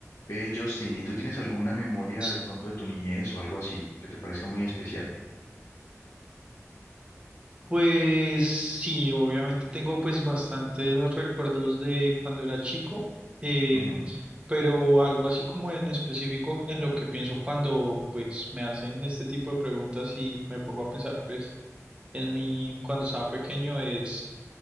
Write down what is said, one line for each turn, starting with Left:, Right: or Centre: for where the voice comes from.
Left: Ve, Justin, ¿y tú tienes alguna memoria
Right: S-
Left: de pronto de tu niñez o algo así que te parezca muy especial?
Right: Pues sí, obviamente tengo pues bastantes recuerdos de cuando era chico, eh,
Left: Ujú,
Right: pero algo así como en específico en lo que pienso cuando pues me hacen este tipo de preguntas y me pongo a pensar pues en mí cuando estaba pequeño es